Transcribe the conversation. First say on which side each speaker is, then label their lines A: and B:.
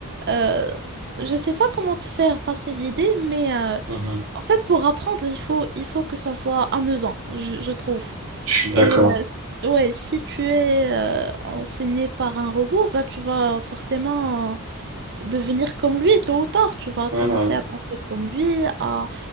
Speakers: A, on the right; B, on the right.
A: Euh, je sais pas comment te faire passer l'idée, mais euh,
B: Mhm.
A: en fait, pour apprendre, il faut, il faut que ça soit amusant, je, je trouve.
B: Je suis
A: Et
B: d'accord.
A: euh, ouais, si tu es euh, enseigné par un robot, bah, tu vas forcément euh, devenir comme lui tôt ou tard. Tu vas
B: Mhm,
A: commencer à penser comme lui, à